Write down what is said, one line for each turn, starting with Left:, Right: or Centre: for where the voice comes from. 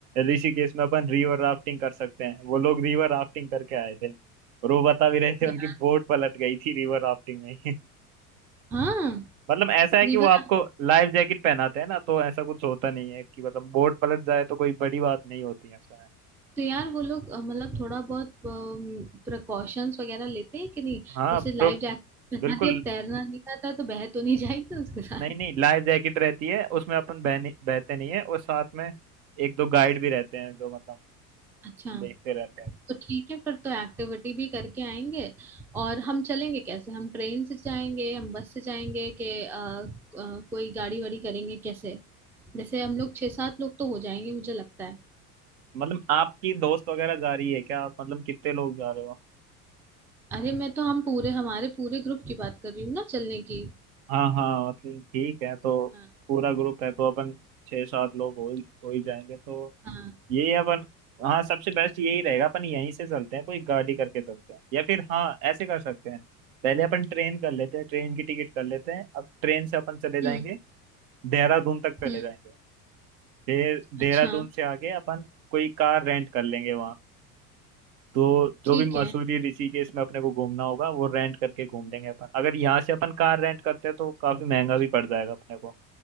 Right: ऋषिकेश में अपन रिवर राफ्टिंग कर सकते हैं वो लोग रिवर राफ्टिंग करके आए थे और वो बता भी रहे थे
Centre: यार
Right: उनकी बोट पलट गई थी रिवर राफ्टिंग में ही। <laughs>
Centre: हाँ
Right: मतलब ऐसा है
Centre: रिवर
Right: कि वो आपको लाइफ जैकेट पहनाते हैं ना तो ऐसा कुछ होता नहीं है कि मतलब बोट पलट जाए तो कोई बड़ी बात नहीं होती है ऐसा है
Centre: तो यार वो लोग अ, मतलब थोड़ा बहुत प्रिकॉशंस वगैरह लेते हैं कि नहीं
Right: हाँ
Centre: जैसे
Right: प्रो
Centre: लाइफ जैकेट
Right: बिल्कुल
Centre: बना दी अब तैरना नहीं आता तो बह तो नहीं जाएंगे उसके साथ
Right: नहीं नहीं लाइफ जैकेट रहती है उसमें अपन बह नहीं- बहते नहीं है और साथ में एक दो गाइड भी रहते हैं जो मतलब
Centre: अच्छा
Right: देखते रहते हैं
Centre: तो ठीक है फिर तो एक्टिविटी भी करके आएंगे और हम चलेंगे कैसे हम ट्रेन से जाएंगे हम बस से जाएंगे कि अ, अ, कोई गाड़ी वाड़ी करेंगे कैसे जैसे हम लोग छह सात लोग तो हो जाएंगे मुझे लगता है
Right: मतलब आपकी दोस्त वगैरह जा रही है क्या आप मतलब कितने लोग जा रहे हो
Centre: अरे मैं तो हम पूरे हमारे पूरे ग्रुप की बात कर रही हूँ ना चलने की
Right: हाँ हाँ मतलब ठीक है तो
Centre: हाँ
Right: पूरा ग्रुप है तो अपन छः सात लोग हो ही हो ही जाएंगे तो
Centre: हाँ
Right: यही अपन हाँ सबसे बेस्ट यही रहेगा अपन यहीं से चलते हैं कोई गाड़ी करके चलते हैं या फिर हाँ ऐसे कर सकते हैं पहले अपन ट्रेन कर लेते हैं ट्रेन की टिकट कर लेते हैं अब ट्रेन से अपन चले जाएंगे
Centre: हम्म
Right: देहरादून तक चले
Centre: हम्म
Right: जाएंगे फिर देहरादून
Centre: अच्छा
Right: से आगे अपन कोई कार रेंट कर लेंगे वहाँ। तो जो
Centre: ठीक
Right: भी मसूरी
Centre: है
Right: ऋषिकेश में अपने को घूमना होगा वो रेंट करके घूम लेंगे अपन अगर यहाँ से अपन कार रेंट करते हैं तो काफी महंगा भी पड़ जाएगा अपने को